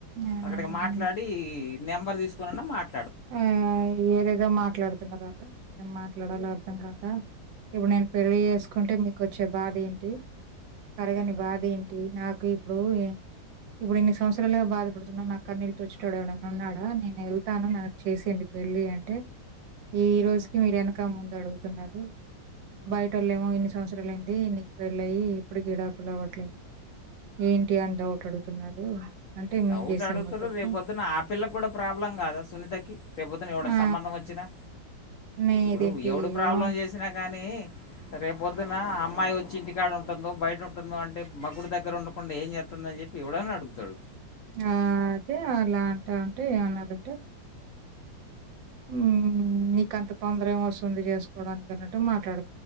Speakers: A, on the right (about 75°); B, on the left (about 70°).
A: ఆ,
B: అక్కడ్కి మాట్లాడి నెంబర్ తీస్కున్నన మాట్
A: ఆ ఏదేదో మాట్లాడు అంతే మరి ఆళ్ళు ఏం మాట్లాడాలో అర్థం కాక ఇప్పుడు నేన్ పెళ్లి చేస్కుంటే మీకొచ్చే బాధ ఏంటి తరగని బాధ ఏంటి నాకు ఇప్పుడు ఇప్పుడు ఇన్ని సంవత్సరాలుగా బాధపడుతున్నా నా కన్నీళ్ళు తుడుచ్టోటోడు ఎవడన్న ఉన్నాడా నేను ఎళ్తాను చేసేయండి పెళ్ళి అంటే ఈ రోజుకి మీర్ ఎనక ముందు అడుగుతున్నారు బయటోళ్ళేమో ఇన్ని సంవత్సరాల్ అయింది నీకు పెళ్లై ఇప్పుడు విడాకులు అవ్వట్లేదు ఏంటి అని డౌట్ అడుగుతున్నారు. అంటే
B: డౌట్
A: మేం చేసామా
B: అడుగుతున్రు
A: తప్పు
B: రేప్ పొద్దున్న ఆ పిల్లక్గుడా ప్రాబ్లం కాదా సునీతకి రేప్ పొద్దున్న ఎవడన్న
A: ఆ
B: సంబంధం వచ్చినా
A: నే
B: ఇప్పుడు
A: దేంటి
B: ఎవడు ప్రాబ్లం
A: ఏమన్
B: చేసినా కానీ రేప్ పోద్దున్న అమ్మాయి వచ్చి ఇంటికాడ ఉంటదో బయట ఉం టుందో అంటే మొగ్గుడు దగ్గర ఉండకుండా ఏం చేత్తున్దని చెప్పి ఎవడన్న అడుగుతడు.
A: ఆ అదే అలా అంటా ఉంటే ఏమన్నారంటే మ్ నీకంత తొందర ఏం వస్తుంది చేస్కోవడాని అన్నట్టు మాట్లాడ్